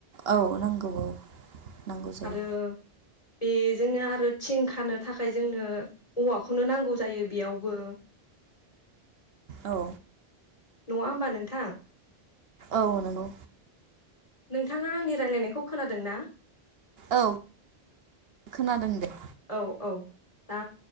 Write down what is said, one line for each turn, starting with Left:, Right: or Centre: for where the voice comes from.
Right: औ नांगौ औ नांगौ जायो।
Left: आरो बेजोंनो आरो थिं खानो थाखाय जोंनो औवाखौनो नांगौ जायो बेयावबो।
Right: औ।
Left: नङा होमबा नोंथां?
Right: औ नंगौ।
Left: नोंथाङा आंनि रायलायनाय खौ खोनादों ना?
Right: औ खोनादों दे।
Left: औ औ दा